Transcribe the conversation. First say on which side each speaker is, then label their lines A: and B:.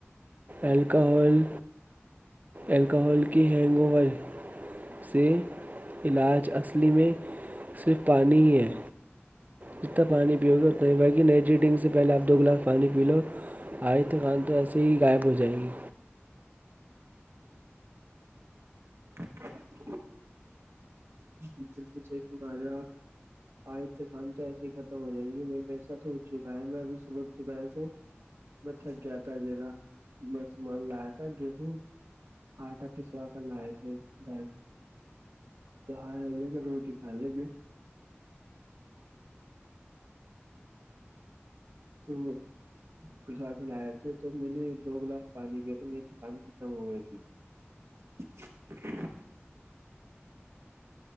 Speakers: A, on the right; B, on the right.
A: الکحل الکحل کی ہینگ اوور سے علاج اصلی میں صرف پانی ہی ہے جتنا پانی پیو گے اتنا ہی بگی نئی جی ڈنگ سے پہلے آپ دو گلاس پانی پی لو آائد خان تو ایسے ہی غائب ہو جائے گی
B: <inaudible> جی بالکل سھ ر آج آپ آ د کان تو ایسے ہی ختم ہو جائے گی میرے ساتھ ہو چکا ہے میں ابھی صبحپہر کو میں تھگیا تھا جذا میں سامان لایا تھا گے ہوں آٹا پسوا کر لائے تھے گھر <inaudible> روٹی کھا لیں گے تو پسوا کے لائے تھے تو میں نے دو گلاس پانی پییا تو میری پانی ختم ہو گئی تھی <unintelligible>